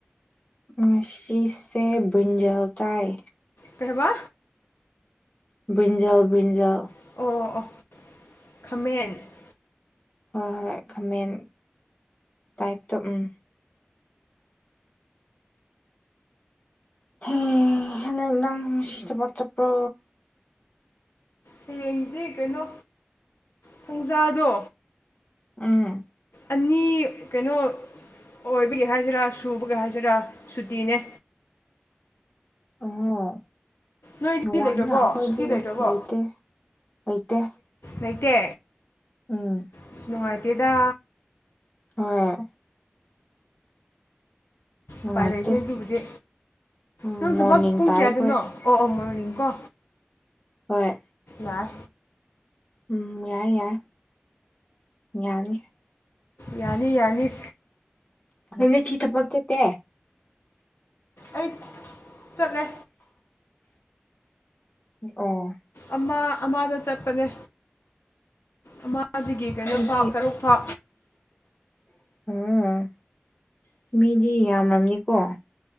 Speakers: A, on the left; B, on the left.
A: ꯉꯁꯤꯁꯦ ꯕꯨ꯭ꯔꯤꯟꯖꯜ ꯇꯥꯏ
B: ꯀꯩ ꯍꯥꯏꯕꯥ
A: ꯕ꯭ꯔꯤꯟꯖꯥꯜ ꯕ꯭ꯔꯤꯟꯖꯥꯜ
B: ꯑꯣ ꯑꯣ ꯈꯥꯃꯦꯟ
A: ꯍꯣꯏ ꯍꯣꯏ ꯈꯥꯃꯦꯟ ꯇꯥꯏꯞꯇꯣ ꯎꯝ ꯍ ꯍꯣ ꯅꯪ ꯉꯁꯤ ꯊꯕꯛ ꯆꯠꯄ꯭ꯔꯣ
B: ꯍꯌꯦꯡꯗꯤ ꯀꯩꯅꯣ ꯄꯨꯡꯖꯥꯗꯣ
A: ꯎꯝ
B: ꯑꯅꯤ ꯀꯩꯅꯣ ꯑꯣꯏꯕꯒꯤ ꯍꯥꯏꯁꯤꯔꯥ ꯁꯨꯕꯒꯤ ꯍꯥꯏꯁꯤꯔꯥ ꯁꯨꯇꯤꯅꯦ
A: ꯑꯣ
B: ꯅꯣꯏꯗꯤ
A: ꯅꯨꯡꯉꯥꯏꯅ
B: ꯂꯩꯇ꯭ꯔꯕꯣ
A: ꯑꯩꯈꯣꯏꯗꯤ
B: ꯁꯨꯇꯤ ꯂꯩꯇ꯭ꯔꯕꯣ
A: ꯂꯩꯇꯦ ꯂꯩꯇꯦ
B: ꯂꯩꯇꯦ
A: ꯎꯝ
B: ꯏꯁ ꯅꯨꯡꯉꯥꯏꯇꯦꯗ
A: ꯍꯣꯏ ꯅꯨꯡꯉꯥꯏꯇꯦ
B: ꯎꯚꯥꯏ ꯂꯩꯇꯦ ꯑꯗꯨꯕꯨꯗꯤ
A: ꯎꯝ
B: ꯅꯪ
A: ꯃꯣꯔꯅꯤꯡ
B: ꯊꯕ ꯄꯨꯡ
A: ꯇꯥꯏ
B: ꯀꯌꯥꯗꯅꯣ
A: ꯑꯩꯈꯣꯏ
B: ꯑꯣ ꯑꯣ ꯃꯣꯔꯅꯤꯡ ꯀꯣ
A: ꯍꯣꯏ
B: ꯏ
A: ꯎꯝ ꯌꯥꯏ ꯌꯥꯏ ꯌꯥꯅꯤ
B: ꯌꯥꯅꯤ ꯌꯥꯅꯤ
A: ꯅ ꯆꯤ ꯊꯄꯛ ꯆ ꯇ
B: ꯑꯩ ꯆꯠꯂꯦ
A: ꯑꯣ
B: ꯑꯃ ꯑꯃꯗ ꯆꯠꯄꯅꯦ ꯑꯃꯗꯒꯤ ꯀꯩꯅꯣꯥꯎ
A: ꯅꯣꯏꯗꯤ
B: ꯇꯔꯨꯛ ꯍ
A: ꯎꯝ ꯃꯤꯗꯤ ꯌꯥꯝꯂꯅꯤꯀꯣ